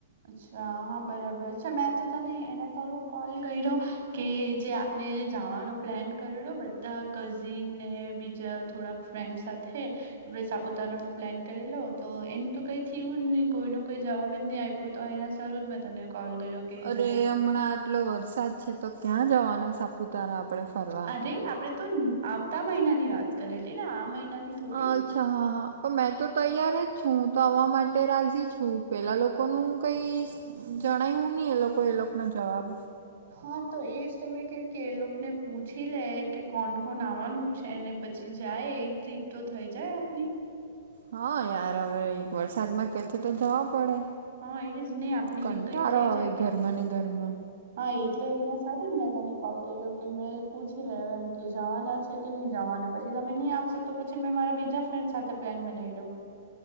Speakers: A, on the right; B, on the right.
A: અચ્છા હા બરાબર છે. મેં તને એના સારું કોલ કર્યો કે જે, મેં જવાનો પ્લાન કરેલો બધા કઝિનને બીજા થોડાક ફ્રેન્ડ સાથે. આપણે સાપુતારા નો પ્લાન કરેલો. તો એનું તો કઈ થયું જ નહી? કોઈનો કોઈ જવાબ જ નહી આવે. તો એના સારુ જ મેં તને કોલ. કે
B: અરે!
A: જવા
B: હમણાં આટલો વરસાદ છે તો ક્યાં જવાના સાપુતારા આપડે ફરવા?
A: અરે આપડે તો આવતા મહિના ની વાત કરેલી ને આ મહિનાની. થોડી
B: હા જ. અચ્છા! હા હા પણ મેં તો તૈયાર જ છું. હું તો આવા માટે રાજી છું. પેલા લોકોનું કઈ? જણાવ્યું નહી એ લોકો એ લોકો નો જવાબ.
A: હા, તો એજ તમે કે કે એ લોકોને પૂછી લે કે કોણ કોણ આવવાનું છે? એને. પછી જાયે. એક ટ્રીપ તો થઈ જાય આપની.
B: હા યાર! હવે એક વરસાદમાં કથે તો જવા પડે.
A: હા એજ નહી. આપણી
B: કંટાળો
A: એક ટ્રીપ થઈ
B: આવે
A: જાય કે
B: ઘરમાં
A: નહી.
B: ને ઘરમાં
A: હા એટલે એને સ જ મેં તને કોલ કર્યો કે મેં પૂછી લે એમ કે જવાના છે. કે નહી જવાના પછી તમે નહી આવશે તો પછી મેં મારા બીજા ફ્રેન્ડ સાથે પ્લાન બનાવી લઉં